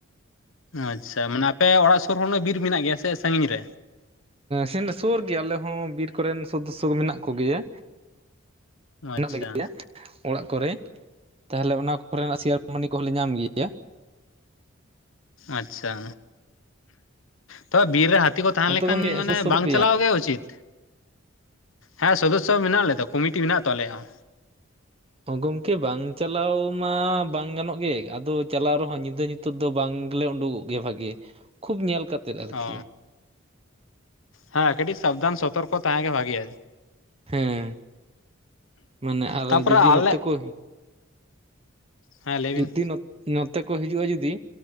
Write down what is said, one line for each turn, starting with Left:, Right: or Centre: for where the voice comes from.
Left: ᱟᱪᱷᱟ ᱢᱟᱱᱮ ᱟᱯᱮ ᱚᱲᱟᱜ ᱥᱩᱨ ᱨᱮ ᱵᱤᱨ ᱢᱮᱱᱟᱜ ᱜᱮᱭᱟ ᱥᱮ ᱥᱟᱺᱜᱤᱧ ᱨᱮ
Right: ᱥᱮᱱ ᱥᱩᱨ ᱜᱮᱭᱟ ᱟᱞᱮ ᱦᱚᱸ ᱵᱤᱨ ᱠᱚᱨᱮᱱ ᱥᱚᱫᱚ ᱥᱚ ᱢᱮᱱᱟᱜ ᱠᱚ ᱜᱮᱭᱟ ᱢᱮᱱᱟᱜ
Left: ᱟᱪᱪᱷᱟ
Right: ᱞᱮ ᱜᱮᱭᱟ ᱚᱲᱟᱜ ᱠᱚᱨᱮ ᱛᱟᱦᱚᱞᱮ ᱚᱱᱟ ᱠᱚᱨᱮᱱᱟᱜ ᱥᱮᱭᱟᱨ ᱢᱟᱹᱱᱤ ᱠᱚᱦᱚᱸ ᱞᱮ ᱧᱟᱢ ᱜᱮᱭᱟ
Left: ᱟᱪ ᱪᱷᱟ ᱛᱚᱵᱮ ᱵᱤᱨ ᱨᱮ ᱦᱟᱹᱛᱤ ᱠᱚ ᱛᱟᱦᱮᱸ
Right: ᱟᱯᱮ
Left: ᱞᱮᱱ ᱠᱷᱟᱱ
Right: ᱜᱚᱢᱠᱮ
Left: ᱢᱟᱱᱮ
Right: ᱥᱩᱨ
Left: ᱵᱟᱝ
Right: ᱵᱟᱹᱱᱩᱜ ᱯᱮᱭᱟ
Left: ᱪᱟᱞᱟᱣ ᱜᱮ ᱩᱪᱤᱛ ᱦᱮᱸ ᱥᱚᱫᱚᱥ ᱥᱚ ᱢᱮᱱᱟᱜ ᱞᱮᱭᱟ ᱫᱚ ᱠᱚᱢᱤᱴᱤ ᱢᱮᱱᱟᱜ ᱛᱚ ᱟᱞᱮᱭᱟᱜ ᱦᱚᱸ
Right: ᱜᱚᱢᱠᱮ ᱵᱟᱝ ᱪᱟᱞᱟᱣ ᱢᱟ ᱵᱟᱝ ᱜᱟᱱᱚᱜ ᱜᱮ ᱟᱫᱚ ᱪᱟᱞᱟᱣ ᱨᱮᱦᱚᱸ ᱧᱤᱫ ᱧᱤᱫᱟᱹ ᱧᱩᱛᱟᱹᱛ ᱫᱚ ᱵᱟᱝᱞᱮ ᱩᱰᱩᱠᱚᱜ ᱜᱮᱭᱟ ᱵᱷᱟᱹᱜᱤ ᱠᱷᱩᱵ ᱧᱮᱞ ᱠᱟᱛᱮᱫ ᱟᱨᱠᱤ
Left: ᱚ ᱦᱮᱸ ᱠᱟᱹᱴᱤᱡ ᱥᱟᱵ ᱫᱷᱟᱱ ᱥᱚᱛᱚᱨᱠᱚ ᱛᱟᱦᱮᱸ ᱜᱮ ᱵᱷᱟᱹ ᱜᱤᱭᱟ
Right: ᱦᱮᱸ ᱢᱟᱱᱮ ᱟᱨ
Left: ᱛᱟᱯᱚᱨᱮ
Right: ᱡᱩᱫᱤ ᱱᱚᱛᱮ
Left: ᱟᱞᱮ
Right: ᱠᱚ
Left: ᱦᱮᱸ ᱞᱟᱹᱭ ᱵᱤᱱ
Right: ᱡᱩᱫᱤ ᱱᱚᱛᱮ ᱠᱚ ᱦᱤᱡᱩᱜᱼᱟ ᱡᱩᱫᱤ